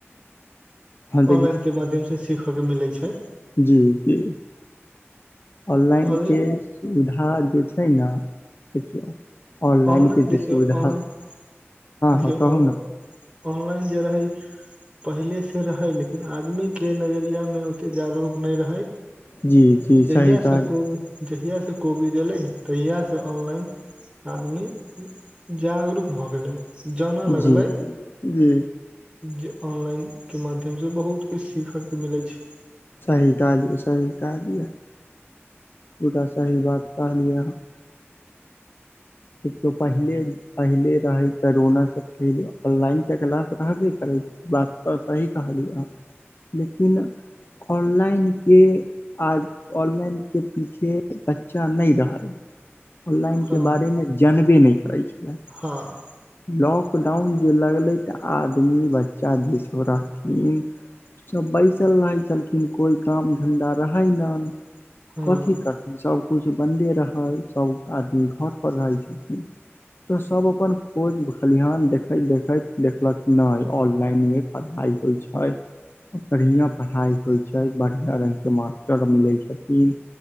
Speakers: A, on the left; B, on the right.
A: हँ
B: ऑनलाइन के माध्यम से सीखा के मिलय छै।
A: जी-जी ऑनलाइन
B: तऽ
A: के स दुधा जे छै न, देखियौ ऑनलाइनके
B: अ-ऑनलाइन देखियौ,
A: जे सुविधा
B: ऑन
A: हँ
B: देखियौ
A: हँ कहू
B: ऑन
A: ने
B: ऑनलाइन जे रहै पहिले सँ रहै लेकिन आदमी के नजरिया में ओतेक जागरूक नैय रहै।
A: जी जी
B: जहिया
A: सही
B: स
A: कहलियै
B: कोबी जहियास से कोबीड ऐलै न तहिया स ऑनलाइन आदमी जागरूक भऽ गेलै। जानऽ
A: जी
B: लगलै।
A: जी
B: जे ऑनलाइनके माध्यम सँ बहुत किछ सीखऽके मिलै छै।
A: सही कहलियै सही कहलिये, पूरा सही बात कहलियै अहाँ। देखियौ पहिले पहिले रहैय करोना से पहिले ऑनलाइन त क्लास रहबे करै। बात तऽ सही कहलियै हं, लेकिन ऑनलाइन के आज ऑनलाइन के पीछे बच्चा नैय रहल। ऑनलाइनके
B: हँ,
A: बारेमे जानबे नहि करै छलै
B: हँ।
A: लॉकडाउन जे लगलै तऽ आदमी बच्चा जे सब रहथिन सब बैसल रहै छलखिन, कोइ काम धन्धा रहै न,
B: हँ
A: कथी कर सबकुछु बन्दे रहल, सब आदमी घर पर रहै छलखिन। तऽ सब अपन कोज खलिहान देखैत-देखैत देखलक नैय ऑनलाइन में परहाइ होइ छाइ। बढ़िया परहाइ होइ छै, बड़हियां रंग के मास्टर मिलै छथिन।